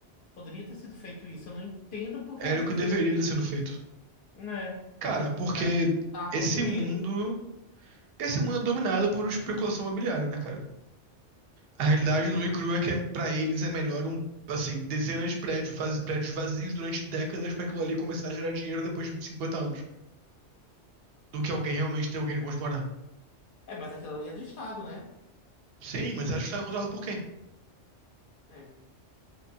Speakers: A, on the left; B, on the right.
A: Poderia ter sido feito isso. Eu não entendo por
B: era
A: que não
B: o
A: foi
B: que
A: feito
B: deveria
A: isso.
B: ter sido feito.
A: Né?
B: Cara,
A: Porque, tipo,
B: porque
A: já que tá
B: esse
A: construído.
B: mundo Porque esse mundo é dominado por especulação imobiliária, né, cara? A realidade
A: É, realmente.
B: nua e crua é que é, para eles é melhor um, assim, dezenas de prédios, faz- prédios vazios durante décadas pra aquilo ali começar a gerar dinheiro depois de 50 anos, do que alguém realmente ter alguém onde morar.
A: É, mas aquilo ali é do Estado, né?
B: Sim, mas acho que tá controlado por quem?
A: É.